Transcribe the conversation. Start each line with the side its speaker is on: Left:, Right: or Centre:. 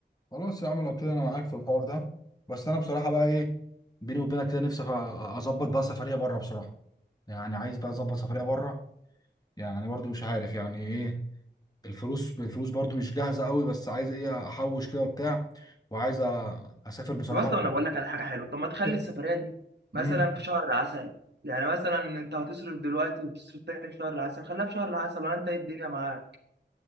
Left: خلاص يا عم لو كده انا معاك في الحوار ده بس انا بصراحه بقى ايه بيني وبينك كده نفسي أ- اظبط بقى سفريه بره بصراحه يعني عايز بقى اظبط سفريه بره يعني برضو مش عارف يعني ايه الفلوس الفلوس برضو مش جاهزه قوي بس عايز ايه احوش كده وبتاع وعايز أ- اسافر بصراحه
Right: طب اصلا انا بقول لك على حاجه حلوه طب ما تخلي
Left: <clears throat>
Right: السفريه دي مثلا
Left: امم
Right: في شهر العسل يعني مثلا انت هتصرف دلوقتي وتصرف تاني في شهر العسل خليها في شهر العسل ولا انت ايه الدنيا معاك